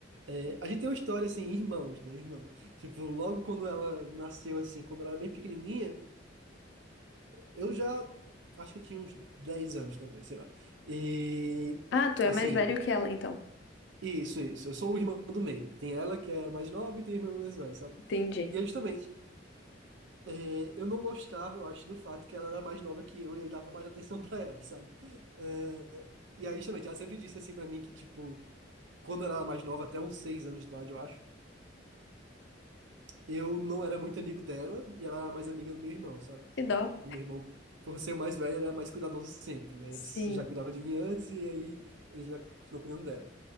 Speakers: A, on the right; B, on the left.
A: é, a gente tem uma história assim, irmãos, né, irmão? Tipo, logo quando ela nasceu assim, quando ela era bem pequenininha Eu já acho que eu tinha uns 10 anos, talvez, sei lá. E
B: Ah, tu é
A: assim,
B: mais velho que ela, então.
A: isso, isso. Eu sou o irmão do meio. Tem ela que é mais nova e tem o irmão mais velho, sabe?
B: Entendi.
A: E é justamente, eh, eu não gostava, eu acho, do fato que ela era mais nova que eu e aí dava mais atenção <laughs> pra ela, sabe? Eh, e aí, justamente, ela sempre disse assim pra mim que, tipo, quando ela era mais nova, até uns 6 anos de idade, eu acho, eu não era muito amigo dela e ela era mais amiga do meu irmão, sabe?
B: Que dó.
A: E meu irmão, por ser mais velho, ele era mais cuidadoso sempre, né?
B: Sim,
A: Ele já cuidava de mim antes e aí ele já continuou cuidando dela.